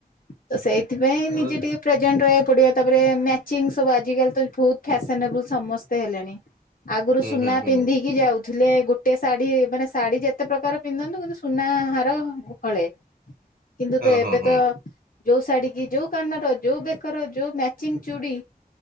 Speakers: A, on the left (about 60°); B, on the right (about 75°).
A: ତ ସେଇଥି ପାଇଁ
B: ହୁଁ
A: ନିଜେ ଟିକେ ପ୍ରେଜେଣ୍ଟ ରହିବାକୁ ପଡିବ। ତାପରେ ମ୍ୟାଚିଂ ସବୁ ଆଜିକାଲି ତ ବହୁତ ଫ୍ୟାସନେବୁଲ ସମସ୍ତେ ହେଲେଣି। ଆଗରୁ
B: ହୁଁ
A: ସୁନା
B: ହୁଁ
A: ପିନ୍ଧିକି ଯାଉଥିଲେ ଗୋଟେ ଶାଢୀ ମାନେ ଶାଢୀ ଯେତେ ପ୍ରକାର ପିନ୍ଧନ୍ତୁ କିନ୍ତୁ ସୁନାହାର ହଳେ କିନ୍ତୁ
B: ହଁ
A: ତ ଏବେ
B: ହଁ ହଁ
A: ତ ଯୋଉ ଶାଢୀ କି ଯୋଉ କାନର ଯୋଉ ବେକର ଯୋଉ ମ୍ୟାଚିଂ ଚୁଡି।